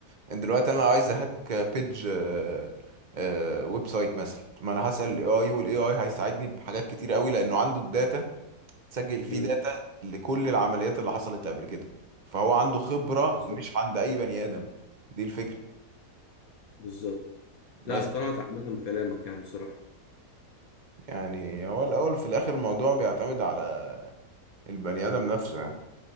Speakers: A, on the right; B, on the left.
A: يعني دلوقتي أنا عايز أهك بيج آه، آه، ويب سايت مثلا ما أنا هسأل ال AI وال AI هيساعدني بحاجات كتير قوي لأنه عنده الداتا تسجل فيه
B: امم
A: داتا لكل العمليات اللي حصلت قبل كده فهو عنده خبرة
B: بالظبط
A: مش عند أي بني آدم دي الفكرة
B: بالظبط
A: بس
B: لا اقتنعت عامه بكلامك يعني بصراحه
A: يعني هو الأول في الآخر الموضوع بيعتمد على البني آدم نفسه يعني